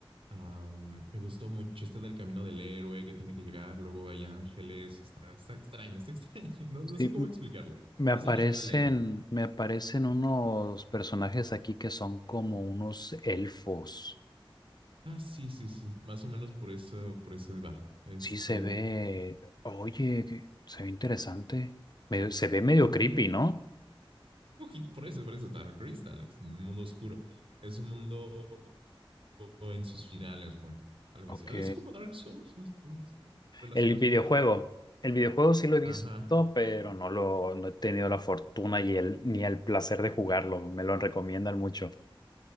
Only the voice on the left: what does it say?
Sí,
m-
me
aparecen,
me aparecen unos personajes aquí que son como unos elfos.
Sí, se ve. Oye, que- se ve interesante. Medio- se ve medio
creepy, ¿no?
Ok.
El videojuego.
El videojuego sí lo he visto,
pero no lo no he tenido la fortuna y el, ni el placer de jugarlo. Me lo recomiendan mucho.